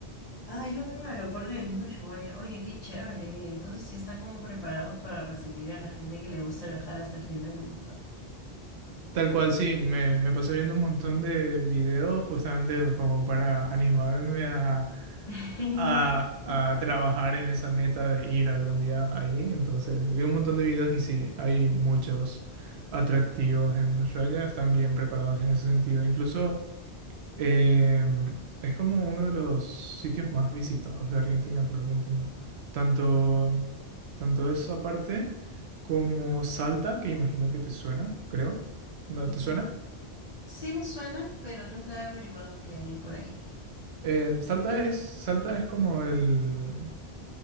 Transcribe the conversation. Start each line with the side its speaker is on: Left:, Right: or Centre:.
Left: Ah, Hay un aeropuerto del mismo Ushuaia. Oye, qué chévere. Entonces sí están como preparados para recibir a la gente que le gusta viajar hasta el fin del mundo.
Right: Tal cual, sí, me, me pasé viendo un montón de videos justamente como para animarme a,
Left: <laughs>
Right: a, a trabajar en esa meta de ir algún día ahí. Entonces, vi un montón de videos y sí, hay muchos atractivos en Ushuaia, están bien preparados en ese sentido. Incluso Em, es como uno de los sitios más visitados de Argentina, por lo que entiendo. Tanto, tanto esa parte como Salta, que imagino que te suena, creo. ¿No
Left: Mm,
Right: te suena?
Left: Sí me suena, pero nunca he averiguado qué hay por ahí.
Right: Em, Salta es, Salta es como el...